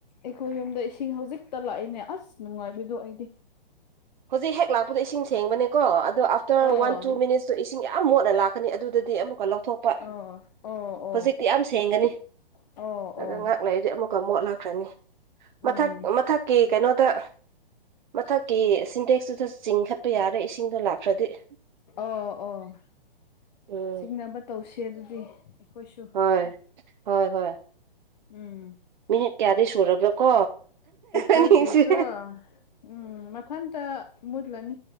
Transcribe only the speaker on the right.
ꯍꯧꯖꯤꯛ ꯍꯦꯛ ꯂꯥꯛꯄꯗ ꯏꯁꯤꯡ ꯁꯦꯡꯕꯅꯦꯀꯣ ꯑꯗꯣ ꯑꯥꯐꯇꯔ
ꯋꯥꯟ ꯇꯨ ꯃꯤꯅꯤꯠꯇꯨ ꯏꯁꯤꯡ ꯌꯥꯝ ꯃꯣꯠꯅ ꯂꯥꯛꯀꯅꯤ ꯑꯗꯨꯗꯗꯤ ꯑꯃꯨꯛꯀ ꯂꯧꯊꯣꯛꯄ
ꯍꯧꯖꯤꯛꯇꯤ ꯌꯥꯝ ꯁꯦꯡꯒꯅꯤ
ꯑꯗ
ꯉꯍꯥꯛꯂꯩꯗꯤ ꯑꯃꯨꯛꯀ ꯃꯣꯠ ꯂꯛꯈ꯭ꯔꯅꯤ ꯃꯊꯛ
ꯃꯊꯛꯀꯤ ꯀꯩꯅꯣꯗ ꯃꯊꯛꯀꯤ ꯁꯤꯟꯇꯦꯛꯁꯇꯨꯗ ꯆꯤꯡꯈꯠꯄ ꯌꯥꯔꯦ ꯏꯁꯤꯡꯗꯣ ꯂꯥꯛꯈ꯭ꯔꯗꯤ
ꯎꯝ
ꯍꯣꯏ ꯍꯣꯏ ꯍꯣꯏ
ꯃꯤꯅꯤꯠ ꯀꯌꯥꯗꯤ ꯁꯨꯔꯕ꯭ꯔ ꯀꯣ
ꯑꯅꯤꯁꯦ